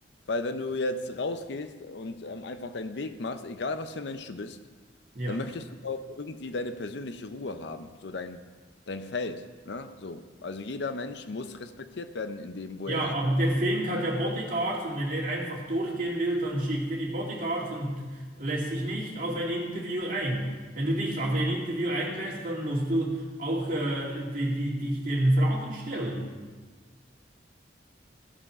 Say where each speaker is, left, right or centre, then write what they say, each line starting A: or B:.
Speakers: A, on the left; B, on the right.
A: Weil wenn du jetzt rausgehst und ähm, einfach deinen Weg machst, egal was für ein Mensch du bist,
B: Ja.
A: dann möchtest du auch irgendwie deine persönliche Ruhe haben, so dein, dein Feld, ne? So. Also jeder Mensch muss respektiert werden in dem, wo
B: Ja,
A: er sich
B: aber
A: bewegt.
B: der Fink hat ja Bodyguards und wenn er einfach durchgehen will, dann schickt er die Bodyguards und lässt sich nicht auf ein Interview ein. Wenn du dich auf ein Interview einlässt, dann musst du auch äh, die, die, dich den Fragen stellen.